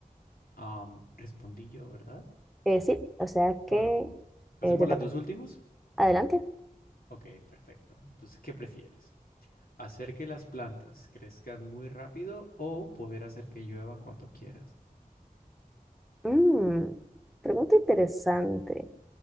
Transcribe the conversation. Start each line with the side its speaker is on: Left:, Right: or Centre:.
Left: Am, respondí yo, ¿verdad?
Centre: Eh, sí, o sea que
Left: Bueno, ¿hacemos
Centre: eh, te
Left: las
Centre: toca.
Left: dos últimas?
Centre: Adelante.
Left: Ok, perfecto. Entonces, ¿qué prefieres? ¿Hacer que las plantas crezcan muy rápido o poder hacer que llueva cuando quieras?
Centre: Mm, pregunta interesante.